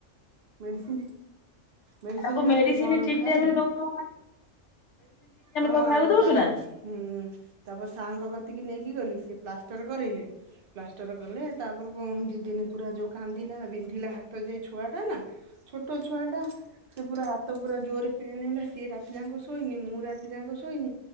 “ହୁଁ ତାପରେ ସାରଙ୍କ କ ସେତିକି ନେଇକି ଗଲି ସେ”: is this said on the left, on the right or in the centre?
Right